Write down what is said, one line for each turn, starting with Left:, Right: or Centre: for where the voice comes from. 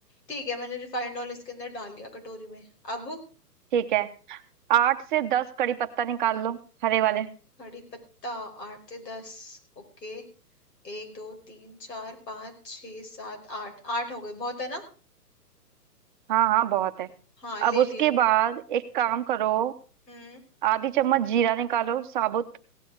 Left: ठीक है मैंने रिफाइंड ऑयल इसके अंदर डाल लिया कटोरी में अब
Right: ठीक है आठ से दस कड़ी पत्ता निकाल लो हरे वाले
Left: कड़ी पत्ता आठ से दस ओके एक दो तीन चार पाँच छः सात आठ आठ हो गए बहुत है ना
Right: हाँ हाँ बहुत है
Left: हाँ ले
Right: अब उसके
Left: लिए
Right: बाद एक काम करो
Left: हम्म
Right: आधी चम्मच जीरा निकालो साबुत